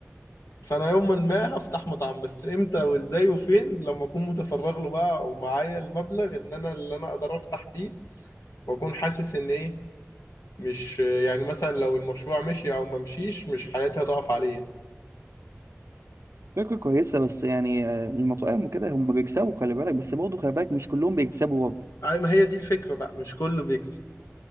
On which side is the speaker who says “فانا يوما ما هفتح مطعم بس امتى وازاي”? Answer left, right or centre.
Left